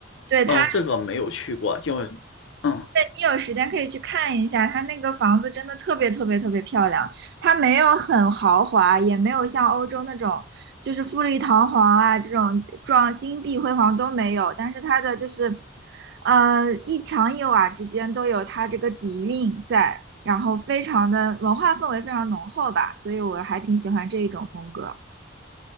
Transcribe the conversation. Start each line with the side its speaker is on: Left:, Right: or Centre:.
Right: 对，它，
Left: 哦，这个没有去过，就嗯。
Right: 你有时间可以去看一下，它那个房子真的特别特别特别漂亮。它没有很豪华，也没有像欧洲那种就是富丽堂皇啊这种装金碧辉煌都没有，但是它的就是，呃，一墙一瓦之间都有它这个底蕴在，然后非常的文化氛围非常浓厚吧，所以我还挺喜欢这一种风格。